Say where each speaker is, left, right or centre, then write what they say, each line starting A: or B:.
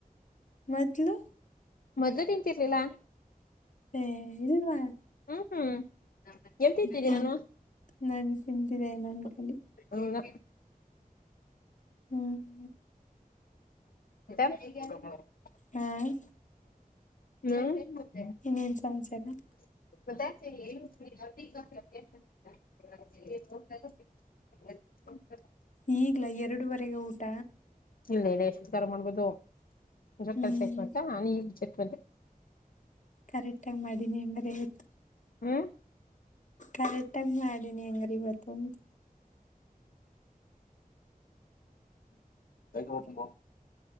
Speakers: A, on the left; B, on the left.
A: ಮತ್ಲು
B: ಮದ್್ದದ ನಿಂತಿರ್ಲಿಲ್ಲ
A: ಹ ಇಲ್ವಾ
B: ಹ್ಮ್ ಹ್ಮ್ ಹೇಳ್ತಿದ್ದೀರಿ
A: ತಿನ್
B: ನಾನು
A: ನಾನು ತಿಂದಿದೆ ನನ್ ಕಲಿ
B: ಹ್ಮ
A: ಹ್ಮ
B: ಎ
A: ಹ್ಮ್
B: ಹ್ಮ್
A: ಇನ್ನೇನ್ ಸಮಾಚಾರ
B: ಬ ಅ
A: ಈಗ್ಲ ಎರಡುವರೆಗೆ ಊಟ
B: ಇಲ್ಲ ಇಲ್ಲ ಎಷ್ಟು ತರ ಮಾಡ್ಬೋದು ಒ
A: ಹ್ಮ್
B: ಕೆಲ್ಸ ಆಯ್ತು ಅಂತ ನಾನ ಈ ಜಟ್ ಬೆ
A: ಕರೆಕ್ಟ್ ಆಗಿ ಮಾಡೀಿನಿ ಹೆಂಗದ ಇತ್ತು
B: ಹ್ಮ
A: ಕರೆಕ್ಟ್ ಟೈಮ್ ಮಾಡಿನಿ ಹಂಗ್ರ ಇವತ್ತಂದು
B: ಕೋತಂಬ